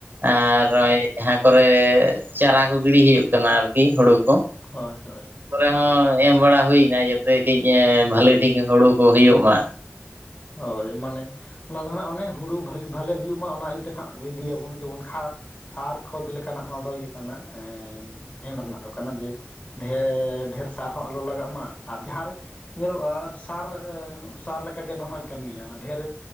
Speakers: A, on the right; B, on the left.
A: ᱟᱨ ᱡᱟᱦᱟᱸ ᱠᱚ ᱛᱮ ᱪᱟᱨᱟ ᱠᱚ ᱜᱤᱲᱤ ᱦᱩᱭᱩᱜ ᱠᱟᱱᱟ ᱟᱨᱠᱤ ᱦᱳᱲᱩ ᱠᱚ
B: ᱦᱳᱭ ᱦᱳᱭ ᱦᱳᱭ
A: ᱨᱮᱦᱚᱸ ᱮᱢ ᱵᱟᱲᱟ ᱦᱩᱭᱱᱟ ᱡᱟᱛᱮ ᱠᱟᱹᱡ ᱮ ᱵᱷᱟᱞᱤ ᱴᱷᱤᱠ ᱦᱩᱲᱩ ᱠᱚ ᱦᱩᱭᱩᱜ ᱢᱟ,
B: ᱦᱳᱭ ᱢᱟᱱᱮ ᱚᱱᱟ ᱫᱚ ᱱᱦᱟᱜ ᱚᱱᱮ ᱦᱩᱲᱩ ᱵᱷᱟᱜᱤ ᱵᱷᱟᱞᱮ ᱦᱩᱭᱩᱜ ᱢᱟ ᱚᱱᱟ ᱤᱭᱟᱹᱛᱮ ᱦᱟᱜ ᱤᱫᱤᱭᱟᱵᱚᱱ ᱡᱮᱢᱚᱱ ᱠᱷᱟ ᱥᱟᱨ ᱠᱷᱚᱛ ᱞᱮᱠᱟᱱᱟᱜ ᱚᱱᱟ ᱫᱚ ᱤᱭᱟᱹ ᱠᱟᱱᱟ <unintelligible> ᱨᱮᱱᱟᱜᱼᱼ ᱟᱫᱚ ᱠᱟᱱᱟ ᱡᱮ ᱰᱷᱮ ᱰᱷᱮᱨ ᱥᱟᱨ ᱦᱚᱸ ᱟᱞᱚ ᱞᱟᱜᱟᱜ ᱢᱟ ᱟᱨ ᱡᱟᱦᱟᱸ ᱨᱮ ᱧᱮᱞᱚᱜᱼᱟ ᱥᱟᱨ ᱮ ᱥᱟᱨ ᱞᱮᱠᱟ ᱜᱮ ᱱᱚᱣᱟ ᱦᱚᱭ ᱠᱟᱹᱢᱤᱭᱟ ᱰᱷᱮᱨᱼᱼ